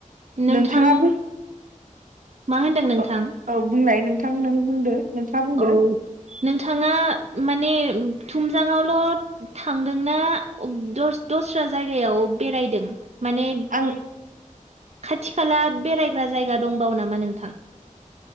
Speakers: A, on the right; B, on the right.
A: नोंथां
B: नोंथाङाबो
A: मा होनदों नोंथां?
B: औ औ बुंनाय नोंथां नों बुंदो। नोंथाङा बुंदो
A: औ नोंथाङा माने थुमजाङआवल' थांदोंना द दस्रा जायगायाव बेरायदों माने
B: आं
A: खाथि खाला बेरायग्रा जायगा दंबावो नामा नोंथां?